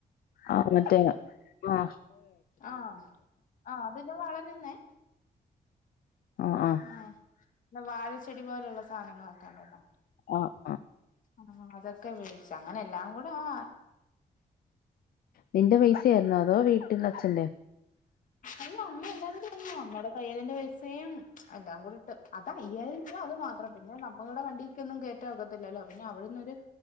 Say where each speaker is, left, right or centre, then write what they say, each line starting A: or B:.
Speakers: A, on the left; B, on the left.
A: ആഹ മറ്റേ ആ
B: ആഹ ആ അതിന്നെ വളരുന്നേ
A: ആഹ്
B: ആഹ
A: ആഹ്
B: ഇന്ന് വാഴച്ചെടി പോലുള്ള സാധനങ്ങളൊക്കെ ഉണ്ടല്ലോ
A: ആഹ ആ
B: ആ അതൊക്കെ മേടിച്ച അങ്ങനെ എല്ലാം കൂടെ ആ
A: നിന്റെ പൈസായായിരുന്നോ അതോ വീട്ടില അച്ഛന്റെ
B: അല്ല അമ്മ എല്ലാരും അമ്മ നോടക്ക പയ്യലന്റെ പൈസയും എല്ലാം കൂടി അത് അയ്യായിരിക്കോ അത് മാത്രം പിന്നെ മകളുടെ വണ്ടിക്ക് ഒന്നും കേയറ്റ ഒകത്തില്ലല്ലോ പിന്നെ അവിടുന്നൊരു